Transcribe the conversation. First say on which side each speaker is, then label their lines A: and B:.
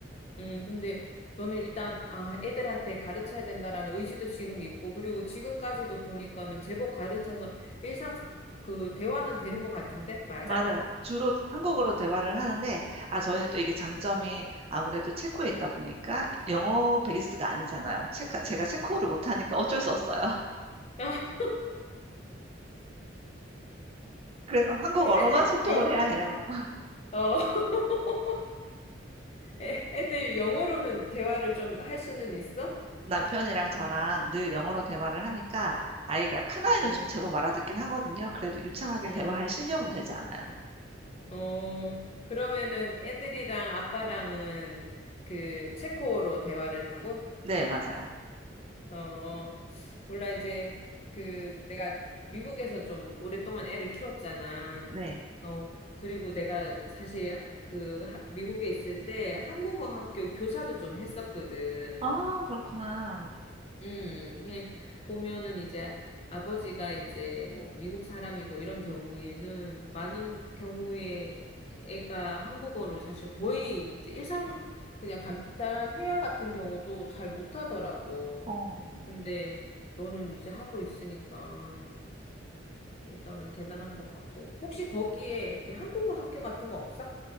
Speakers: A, on the left; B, on the right.
A: 음, 근데 너는 일단, 아, 애들한테 가르쳐야 된다라는 의지도 지금 있고, 그리고 지금까지도 보니까는 제법 가르쳐서 일상, 그, 대화는 되는 것 같은데? 맞아?
B: 맞아요. 주로 한국어로 대화를 하는데, 아, 저희는 또 이게 장점이 아무래도 체코에 있다 보니까 영어 베이스가 아니잖아요. 체카, 제가 체코어를 못하니까 어쩔 수 없어요. <laughs>
A: <laughs>
B: 그래서 한국어로만
A: 그럼 애들
B: 소통을
A: 영어도,
B: 해야 해요. <laughs>
A: 어, <laughs> 애- 애들 영어로는 대화를 좀 할 수는 있어?
B: 남편이랑 저랑 늘 영어로 대화를 하니까 아이가 큰아이는
A: 어,
B: 좀 제법 알아듣긴 하거든요. 그래도 유창하게
A: 응.
B: 대화할 실력은 되지 않아요.
A: 어, 그러면은 애들이랑 아빠랑은 그 체코어로 대화를 하고,
B: 네, 맞아요.
A: 어, 몰라, 이제 그 내가 미국에서 좀 오랫동안 애를 키웠잖아.
B: 네.
A: 어, 그리고 내가 사실 그 하- 미국에 있을 때 한국어 학교 교사도 좀 했었거든.
B: 아, 그렇구나.
A: 음, 예, 보면은 이제 아버지가 이제 뭐 미국 사람이고 이런 경우에는 많은 경우에 애가 한국어를 사실 거의 이제 일상 그냥 간단한 회화 같은 경우도 잘 못하더라고.
B: 어.
A: 근데 너는 이제 하고 있으니까 일단은 대단한 것 같고. 혹시 거기에 이렇게 한국어 학교 같은 거 없어?